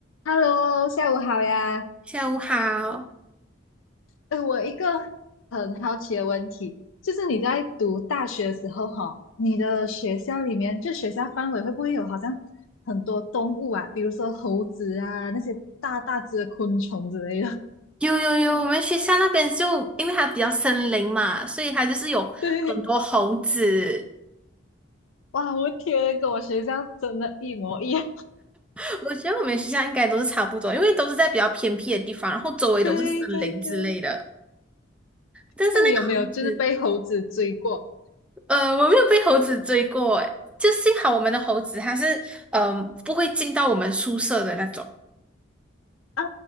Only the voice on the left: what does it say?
Hello，下午好呀。
呃，我一个很好奇的问题，就是你在读大学的时候，哈，你的学校里面，就学校范围会不会有好像很多动物啊，比如说猴子啊，那些大大只的昆虫之类的？
<laughs> 对，哇，我天，跟我学校真的一模一样。
<laughs> 对对对，
那你有没有就是被猴子追过？
哦，